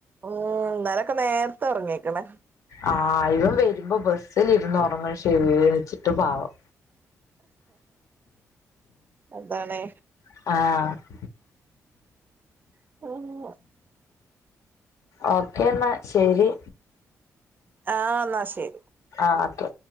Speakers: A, on the right; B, on the left.
A: ഉം ഇന്നലൊക്കെ നേരത്തെ ഉറങേക്കണ്.
B: ആ ഇവൻ വരുമ്പോ ബസ്സിൽ ഇരുന്ന് ഒറങ്ങും ക്ഷീണിച്ചിട്ട് പാവം.
A: അതാണെ.
B: ആഹ്.
A: <unintelligible>
B: ഓക്കേ എന്നാ, ശരി.
A: ആഹ് എന്നാ ശരി.
B: ആ തെ.